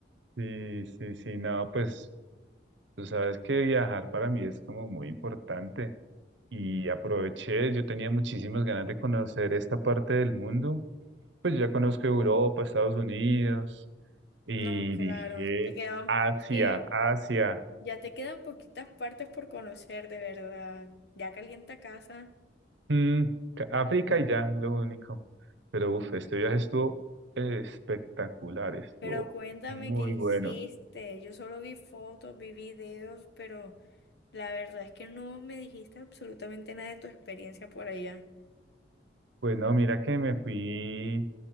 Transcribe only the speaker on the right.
Sí, sí, sí, no, pues tú sabes que viajar para mí es como muy importante y aproveché, yo tenía muchísimas ganas de conocer esta parte del mundo, pues ya conozco Europa, Estados Unidos y
dije
Asia,
Asia.
Mm, ca- África y ya, lo único. Pero uff, este viaje estuvo espectacular, estuvo
muy
bueno.
Pues no, mira que me fui